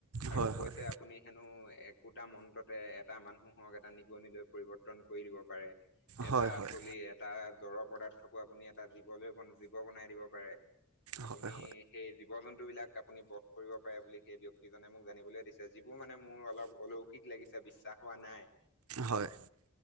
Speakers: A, on the left (about 55°); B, on the right (about 75°).
A: আৰু
B: হয় হয়
A: কৈছে আপুনি হেনো একোটা মন্ত্ৰতে এটা মানুহক এটা নিগনিলৈ পৰিৱৰ্তন কৰি দিব পাৰে। এটা
B: হয় হয়
A: চলি এটা জড়ৰ পদাৰ্থকো আপুনি এটা জীৱলৈ-জীৱ বনাই দিব পাৰে।
B: হয়
A: আপুনি
B: হয়
A: সেই জীৱ জন্তুবিলাক আপুনি বশ কৰিব পাৰে বুলি সেই ব্যক্তিজনে মোক জানিবলৈ দিছে, যিবোৰ মানে মোৰ অলপ অলোক কিক লাগিছে বিশ্বাস হোৱা নাই।
B: হয়